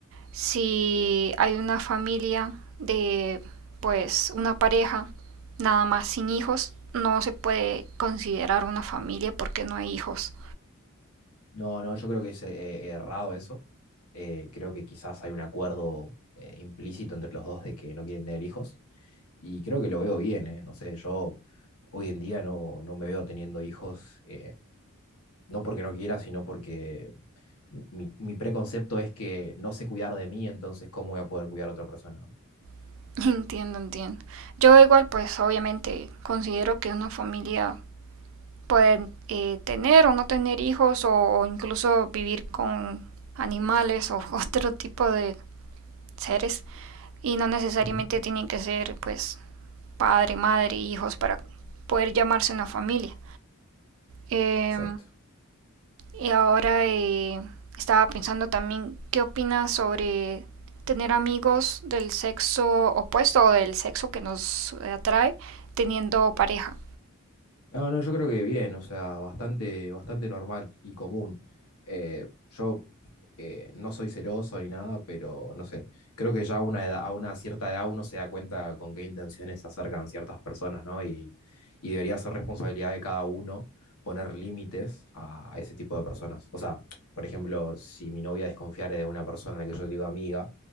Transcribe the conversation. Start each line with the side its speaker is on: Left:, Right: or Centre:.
Right: si hay una familia de pues una pareja nada más sin hijos no se puede considerar una familia porque no hay hijos.
Left: No, no, yo creo que es eh, eh, errado eso. Eh, creo que quizás hay un acuerdo eh, implícito entre los dos de que no quieren tener hijos Y creo que lo veo bien, ¿eh? No sé, yo hoy en día no, no me veo teniendo hijos, eh, no porque no quiera, sino porque mi, mi preconcepto es que no sé cuidar de mí, entonces ¿cómo voy a poder cuidar a otra persona, no?
Right: <laughs> Entiendo, entiendo. Yo igual pues obviamente considero que una familia puede eh, tener o no tener hijos o incluso vivir con animales o <laughs> otro tipo de seres y no necesariamente
Left: Ujú.
Right: tienen que ser pues padre, madre, hijos para poder llamarse una familia. Eh,
Left: Exacto.
Right: Y ahora eh, estaba pensando también, ¿qué opinas sobre tener amigos del sexo opuesto o del sexo que nos atrae teniendo pareja?
Left: No, no, yo creo que bien, o sea, bastante, bastante normal y común. Eh, yo eh, no soy celoso ni nada, pero no sé, creo que ya a una edad, a una cierta edad uno se da cuenta con qué intenciones se acercan ciertas personas, ¿no? Y, y debería ser responsabilidad de cada uno poner límites a, a ese tipo de personas. O sea, por ejemplo, si mi novia desconfiara de una persona a la que yo digo amiga